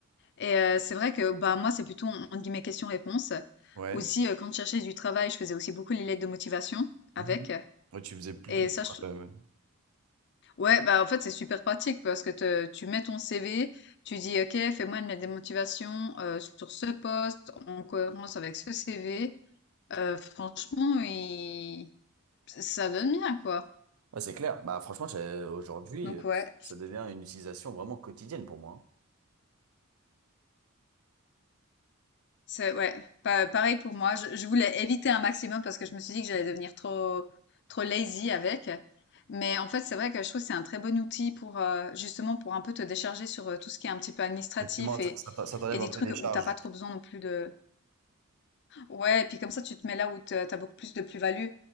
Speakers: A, on the left (about 50°); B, on the right (about 80°).
A: Et euh, c'est vrai que bah, moi, c'est plutôt, entre guillemets, question-réponse.
B: Ouais.
A: Aussi, euh, quand je cherchais du travail, je faisais aussi beaucoup les lettres de motivation avec.
B: Mhm. Ouais, tu faisais plutôt.
A: Et ça, je,
B: Ouais, ouais.
A: Ouais, bah en fait, c'est super pratique parce que te- tu mets ton CV, tu dis, OK, fais-moi une lettre de motivation euh, sur ce poste en cohérence avec ce CV. Euh, franchement, il- ça donne bien, quoi.
B: Ouais, c'est clair. Bah, franchement, j'ai- aujourd'hui,
A: Donc,
B: euh,
A: ouais,
B: ça devient une utilisation vraiment quotidienne pour moi. hein.
A: c'est ouais, pa- pareil pour moi. Je, je voulais éviter un maximum parce que je me suis dit que j'allais devenir trop, trop lazy avec. Mais en fait, c'est vrai que je trouve que c'est un très bon outil pour euh, justement pour un peu te décharger sur euh, tout ce qui est un petit peu administratif
B: Exactement,
A: et,
B: ça, ça t'a- ça t'enlève
A: et des
B: un peu
A: trucs
B: des charges,
A: où t'as pas trop besoin non plus de Ouais, et puis comme ça, tu te mets là où tu as beaucoup plus de plus-value.